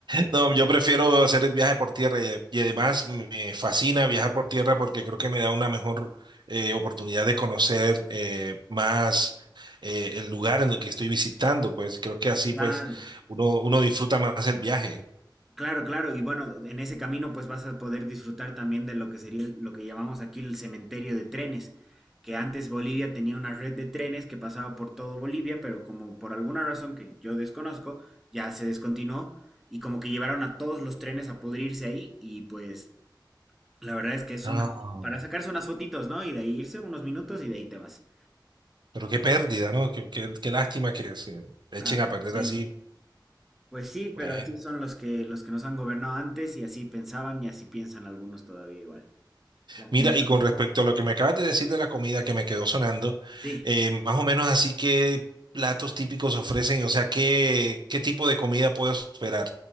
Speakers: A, on the right (about 65°); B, in the centre.
A: no, yo prefiero hacer el viaje por tierra y, y además me fascina viajar por tierra porque creo que me da una mejor eh, oportunidad de conocer eh, más eh, el lugar en el que estoy visitando, pues creo que así
B: Claro.
A: pues uno, uno disfruta más el viaje.
B: Claro, claro, y bueno, en ese camino pues vas a poder disfrutar también de lo que sería el- lo que llamamos aquí el cementerio de trenes, que antes Bolivia tenía una red de trenes que pasaba por todo Bolivia, pero como por alguna razón que yo desconozco, ya se descontinuó y como que llevaron a todos los trenes a pudrirse ahí y pues la verdad es que es
A: Ah.
B: una para sacarse unas fotitos, ¿no? Y de ahí irse unos minutos y de ahí te vas.
A: Pero qué pérdida, ¿no? Qué, qué- qué lástima que se echen
B: Ah,
A: a
B: pues
A: perder
B: sí.
A: así.
B: Pues sí, pero
A: pues,
B: así son los que los que nos han gobernado antes y así pensaban y así piensan algunos todavía igual. Lastimosamente.
A: Mira, y con respecto a lo que me acabas de decir de la comida que me quedó sonando,
B: Sí,
A: eh, más o menos así, ¿qué platos típicos ofrecen? O sea, ¿qué, qué tipo de comida puedo esperar?